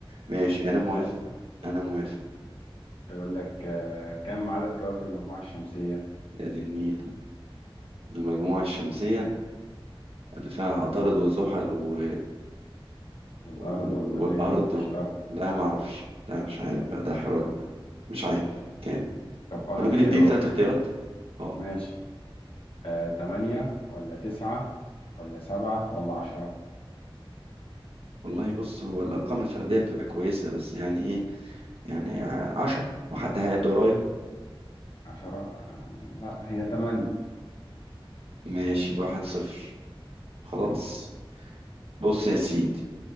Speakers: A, on the right; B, on the left.
A: ماشي أنا موافق
B: ماشي
A: أنا موافق
B: يقول لك آه، كم عدد كواكب المجموعه الشمسيه
A: يا دي النيل المجموعة الشمسية اللي فيها عطارد
B: اه
A: وزحل و...
B: والارض
A: و-
B: والمريخ
A: والأرض
B: المشتري
A: لا ما أعرفش لا مش عارف بقى ده حراج ده مش عارف كام
B: طب اقول
A: أنت
B: لك
A: ممكن تديني
B: خيارات
A: ثلاث اختيارات اه
B: ماشي آه، تمانية ولا تسعة ولا سبعة ولا عشرة
A: والله بص هو الأرقام الفردية بتبقى كويسة بس يعني إيه يعني ع- عشرة وحد هيعد ورايا
B: عشرة آه، لا هي تمانية
A: ماشي واحد صفر خلاص
B: ماشي
A: بص يا سيدي